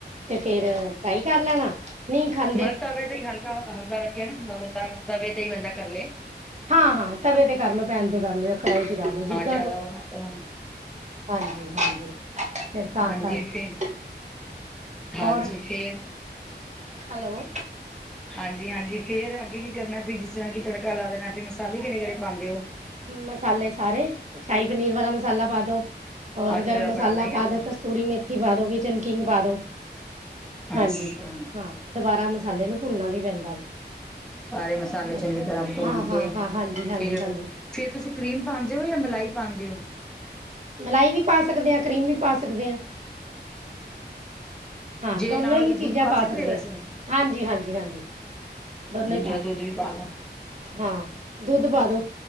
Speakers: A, on the right (about 40°); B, in the centre.
A: ਤੇ ਫੇਰ ਫਰਾਈ ਕਰ ਲੈਣਾ ਨੀ ਖਾ
B: ਮ ਤਵੇ ਤੇ ਹੀ ਹਲਕਾ-ਹਲਕਾ ਰੱਖ ਕੇ ਨਾ ਹਲਕਾ ਤਵੇ ਤੇ ਈ ਬੰਦਾ ਕਰ ਲਏ।
A: ਹਾਂ-ਹਾਂ ਹਾਂ ਤਵੇ ਤੇ ਕਰ ਲੋ ਪੈਨ ਤੇ ਕਰ ਲਓ ਯਾ ਕੜਾਈ ਚ ਕਰ ਲਓ ਜਿਦਾਂ
B: ਜਾਦਾ ਓ ਨਾ ਕਰੋ।
A: ਹਾਂਜੀ-ਹਾਂਜੀ ਫੇਰ ਤਾਂ
B: ਹਾਂਜੀ
A: ਕਰਕੇ
B: ਫਿਰ ਹਾਂਜੀ
A: ਹੋਰ
B: ਫੇਰ
A: ਹੈਲੋ।
B: ਹਾਂਜੀ-ਹਾਂਜੀ ਫੇਰ ਅੱਗੇ ਕੀ ਕਰਨਾ ਸੀ ਜਿਸਰਾਂ ਕਿ ਤੜਕਾ ਲਾ ਦੇਣਾ ਫੇਰ ਮਸਾਲੇ ਕੇੜੇ-ਕੇੜੇ ਪਾਂਦੇ ਓ।
A: ਮਸਾਲੇ ਸਾਰੇ ਸ਼ਾਹੀ ਪਨੀਰ ਵਾਲਾ ਮਸਾਲਾ ਪਾ ਦੋ। ਔਰ
B: ਅੱਛਾ
A: ਗਰਮ
B: ਜਿਹੜਾ
A: ਮਸਾਲਾ
B: ਬਣਾ ਬਣਾਈ ਆਉਂਦਾ
A: ਪਾ ਦੋ ਕਸਤੂਰੀ ਮੇਥੀ ਪਾ ਦੋ ਕਿਚਨਕਿੰਗ ਪਾ ਦੋ। ਹਾਂਜੀ
B: ਅੱਛਾ
A: ਹਾਂ ਦਬਾਰਾ ਮਸਾਲੇ ਨੂੰ ਭੁੰਨਨਾ ਵੀ ਪੈਂਦਾ ਵੇ
B: ਸਾਰੇ ਮਸਾਲੇ
A: ਹਾਂਜੀ
B: ਚੰਗੀ ਤਰ੍ਹਾਂ ਭੁੰਨ
A: ਹਾਂ ਹਾਂ
B: ਕੇ
A: ਹਾਂ ਹਾਂਜੀ ਹਾਂਜੀ
B: ਫਿਰ
A: ਹਾਂਜੀ
B: ਫੇਰ ਤੁਸੀ ਕਰੀਮ ਪਾਂਦੇ ਓ ਯਾ ਮਲਾਈ ਪਾਂਦੇ ਓ।
A: ਮਲਾਈ ਵੀ ਪਾ ਸਕਦੇ ਆਂ ਕਰੀਮ ਵੀ ਪਾ ਸਕਦੇ ਆਂ। ਹਾਂ
B: ਜੇ
A: ਦੋਨੋ
B: ਨਾ ਹੋਏ
A: ਹੀ
B: ਤਾਂ
A: ਚੀਜਾਂ
B: ਦੁੱਧ
A: ਪਾ ਸਕਦੇ
B: ਹੋ। ਵੈਸੇ
A: ਆ। ਹਾਂਜੀ-ਹਾਂਜੀ-ਹਾਂਜੀ। ਦੋਨੇ
B: ਜਾਂ
A: ਪਾ,
B: ਦੁੱਧ ਵੀ ਪਾ ਲਓ
A: ਹਾਂ ਦੁੱਧ ਪਾ ਦੋ